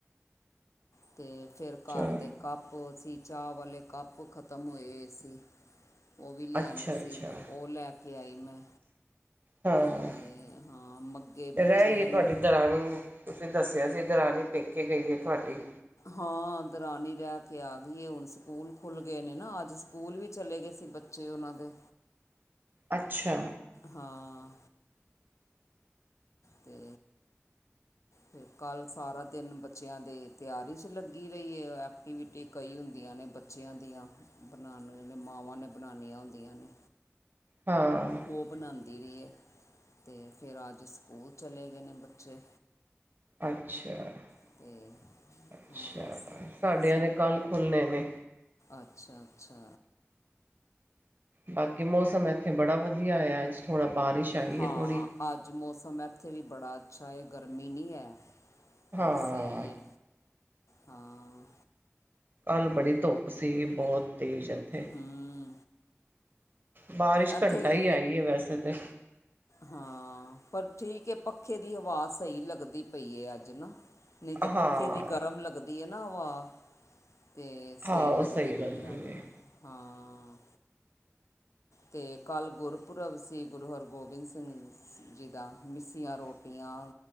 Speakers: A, on the left; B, on the right.
A: ਅਤੇ ਫਿਰ
B: ਚਲੋ
A: ਘਰ ਦੇ ਕੱਪ ਸੀ। ਚਾਹ ਵਾਲੇ ਕੱਪ ਖਤਮ ਹੋਏ-ਹੋਏ ਸੀ। ਉਹ ਵੀ ਲਿਆਣੇ
B: ਅੱਛਾ, ਅੱਛਾ
A: ਸੀ, ਉਹ ਲੈ ਕੇ ਆਈ ਮੈਂ।
B: ਹਾਂ।
A: ਅਤੇ ਹਾਂ ਮੱਗੇ ਬੱਚਿਆਂ
B: ਰਹਿ ਹੀਏ ਤੁਹਾਡੀ
A: ਨੂੰ
B: ਦਰਾਨੀ ਨੂੰ ਤੁਸੀਂ ਦੱਸਿਆ ਸੀ ਦਰਾਣੀ ਪੇਕੇ ਗਈ ਹੈ ਤੁਹਾਡੀ।
A: ਹਾਂ ਦਰਾਣੀ ਰਹਿ ਕੇ ਆ ਗਈ ਏ। ਹੁਣ ਸਕੂਲ ਖੁੱਲ ਗਏ ਨੇ ਨਾ ਅੱਜ ਸਕੂਲ ਵੀ ਚਲੇ ਗਏ ਸੀ ਬੱ ਬੱਚੇ ਉਹਨਾਂ ਦੇ।
B: ਅੱਛਾ।
A: ਹਾਂ। ਤੇ ਤੇ ਕੱਲ੍ਹ ਸਾਰਾ ਦਿਨ ਬੱਚਿਆਂ ਦੇ ਤਿਆਰੀ 'ਚ ਲੱਗੀ ਰਹੀ ਏ। ਐਕਟੀਵਿਟੀ ਕਈ ਹੁੰਦੀਆਂ ਨੇ ਬ ਬੱਚਿਆਂ ਦੀਆਂ। ਬਣਾਉਣ ਨੇ ਮਾਵਾਂ ਨੇ ਬਣਾਉਣੀਆਂ ਹੁੰਦੀਆਂ ਨੇ।
B: ਹਾਂ।
A: ਉਹ ਬਣਉਂਦੀ ਰਹੀ ਏ ਤੇ ਫਿਰ ਅੱਜ ਸਕੂਲ ਚਲੇ ਗਏ ਨੇ ਬੱਚੇ।
B: ਅੱਛਾ-ਅੱਛਾ।
A: ਅਤੇ ਹਾਂ ਸ-
B: ਸਾਡਿਆਂ ਦੇ ਕੱਲ੍ਹ ਖੁੱਲਣੇ ਨੇ।
A: ਅੱਛਾ-ਅੱਛਾ।
B: ਬਾਕੀ ਮੌਸਮ ਇੱਥੇ ਬੜਾ ਵਧੀਆ ਹੋਏਆ ਅੱਜ। ਥੋੜਾ ਬਾਰਿਸ਼ ਆਈ
A: ਹਾਂ
B: ਹੈ ਥੋੜ੍ਹੀ।
A: ਅੱਜ ਮੌਸਮ ਇੱਥੇ ਵੀ ਬੜਾ ਅੱਛਾ ਏ। ਗਰਮੀ ਨਹੀਂ ਹੈ।
B: ਹਾਂ
A: ਅੱਜ ਸਹੀ ਏ, ਹਾਂ।
B: ਕੱਲ੍ਹ ਬੜੀ ਧੁੱਪ ਸੀਗੀ। ਬਹੁਤ ਤੇਜ਼ ਇੱਥੇ।
A: ਹਮ।
B: ਬਾਰਿਸ਼
A: ਇੱਥੇ
B: ਘੰਟਾ ਈ ਆਈ ਏ ਵੈਸੇ ਤੇ।
A: ਹਾਂ। ਪਰ ਠੀਕ ਏ ਪੱਖੇ ਦੀ ਹਵਾ ਸਹੀ ਲੱਗਦੀ ਪਈ ਏ ਅੱਜ ਨਾ। ਨਹੀਂ ਤਾਂ
B: ਹਾਂ
A: ਪੱਖੇ ਦੀ ਗਰਮ ਲੱਗਦੀ ਹੈ ਨਾ ਹਵਾ। ਤੇ
B: ਹਾਂ
A: ਸਹੀ
B: ਉਹ
A: ਲੱਗਦੀ ਪਈ ਅੱਜ।
B: ਨੇ
A: ਹਾਂ ਤੇ ਕੱਲ੍ਹ ਗੁਰਪੁਰਬ ਸੀ ਗੁਰੂ ਹਰਗੋਬਿੰਦ ਸਿੰਘ ਜੀ ਦਾ। ਮਿੱਸੀਆਂ ਰੋਟੀਆਂ